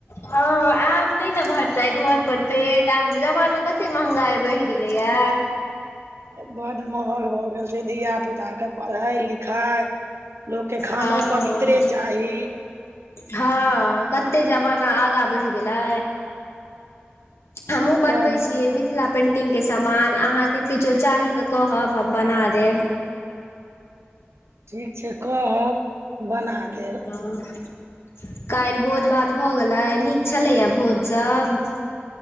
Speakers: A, on the left (about 80°); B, on the right (about 80°).
A: हन आब नहि ने भरतै घर पर पेट आब तऽ जमाना कते महंगाई बढ़ि गेलैये।
B: बड्ड महग भऽ गेल छै धिया पुता के पढ़ाइ लिखाइ, लोक के खानो
A: हँ
B: पवित्रे चाही
A: हँ कते जमाना आगां बढ़ि गेलै। हमहु बनबै
B: तें ने
A: छियै मिथिला पेंटिंग के समान अहाँके किछो चाही तऽ कहब हम बना देब।
B: ठीक छै कहब बना देब।
A: ह <inaudible> काल्हि भोज भात भऽ गेलै नीक छलैये भोज सब